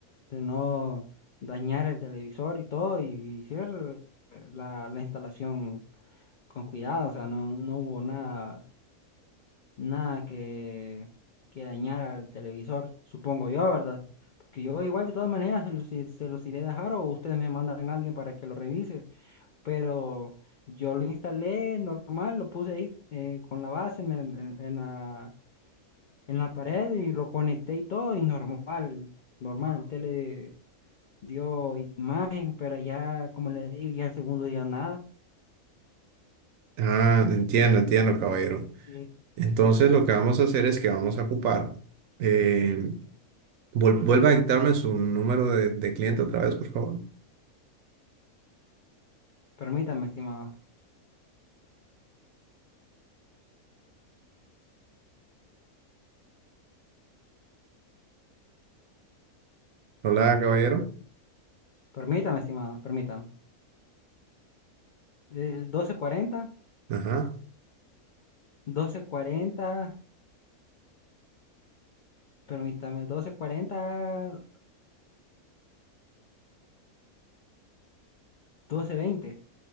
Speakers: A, on the left; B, on the right.
A: de no dañar el televisor y todo, y, y hice el- la, la instalación con cuidado, o sea, no, no hubo nada nada que, que dañar al televisor, supongo yo, ¿verdad? Porque yo igual de todas maneras se los, i- se los iré a dejar o ustedes me mandan a alguien para que lo revise, pero yo lo instalé normal, lo puse ahí eh, con la base en, el- en, en la, en la pared y lo conecté y todo y normal, normal, el tele dio imagen, pero ya, como les digo, ya el segundo día nada.
B: Ah, entiendo, entiendo, caballero.
A: Sí.
B: Entonces lo que vamos a hacer es que vamos a ocupar. eh, vuel- vuelva a dictarme su número de, de cliente otra vez, por favor.
A: Permítame, estimado,
B: Hola, caballero.
A: permítame, estimado, permítame. El doce cuarenta
B: Ajá.
A: doce cuarenta, permítame, doce cuarenta, doce veinte,